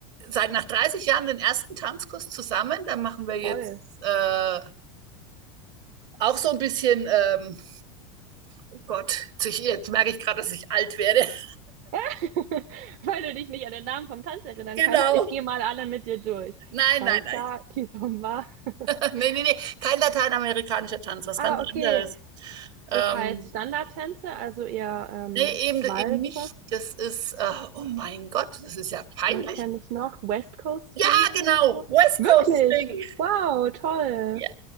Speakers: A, on the right; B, on the right.
A: seit nach 30 Jahren den ersten Tanzkurs zusammen. Da machen wir jetzt
B: Toll.
A: äh, auch so ein bisschen, ähm, oh Gott, sich- jetzt merke ich gerade, dass ich alt werde. <laughs>
B: <laughs> Weil du dich nicht an den Namen vom Tanz erinnern
A: Genau.
B: kannst. Ich gehe mal alle mit dir durch.
A: Nein,
B: Salsa,
A: nein, nein.
B: Kizomba. <laughs>
A: <laughs> Nee, nee, nee. Kein lateinamerikanischer Tanz, was
B: ah,
A: ganz
B: okay.
A: anderes. Ähm,
B: Das heißt Standardtänze, also eher ähm,
A: nee, eben,
B: Walzer.
A: eben nicht. Das ist, äh, oh mein Gott, das ist ja peinlich.
B: Was kenne ich noch? West Coast Swing
A: Ah,
B: kenne
A: genau.
B: ich noch.
A: West
B: Wirklich?
A: Coast Swing.
B: Wow, toll.
A: Ja.